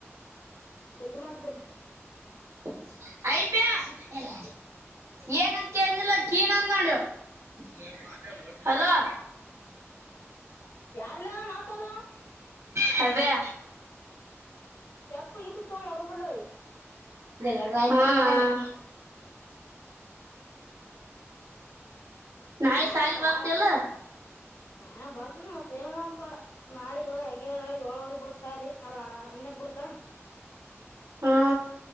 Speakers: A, on the left; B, on the right.
A: ಎಲ್ಲಿ ಮಾಡಿದ್ದಲ್ಲ
B: ಹ ಅಐ ಬ್ಯಾಸ ಎಲ್ಲ ಏನಂತಿ ಕೇಳಿದನಿಲ್ಲ ಕೀನಂದ ನೋಡ ಇವ ಹಲೋ
A: ಯಾರ್ಲ್ಲ ಮಾತಾಡುವ
B: ಹವೇ
A: ಚಪ್ಪು ಇ ಬ ಚ ಹೊಡಬಳ್ಳ
B: ಇ <unintelligible>
A: <inaudible>
B: ನಾಳೆ
A: ಯಾಕ
B: ಸಾಲಿ
A: ಬಾ
B: ಬರ್ತಿಲ್ಲ
A: ಹ ಬರ್ತನ ಮತ್ತತ್ ಪ ನಾಳಗ ಹೆಂಗ ಏಳೂವರಿಗ ಬಿಡತ್ ಶಾಲಿ ಅಲ್ಲ ಅನರಡುಕ್ ಬಿಡತಾ
B: ಹಾ